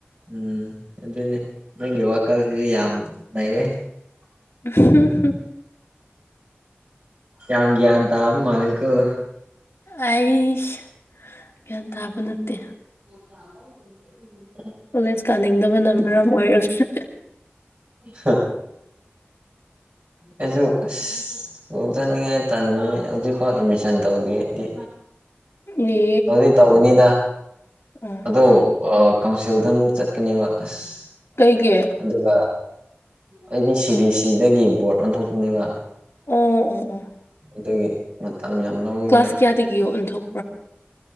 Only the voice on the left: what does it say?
<inaudible>
ꯑꯩꯏꯁ ꯒ꯭ꯌꯥꯟ ꯇꯥꯕ ꯅꯠꯇꯦ
ꯀꯣꯂꯦꯖ ꯀꯥꯅꯤꯡꯗꯕꯅ ꯃꯔꯝ ꯑꯣꯏꯔꯒ
ꯅꯦ
ꯑꯣ
ꯀꯩꯒꯤ
ꯑꫭ ꯑꫭ ꯑꫭ
ꯀ꯭ꯂꯥꯁ ꯀꯌꯥꯗꯒꯤꯌꯣ ꯑꫭꯟꯊꫭ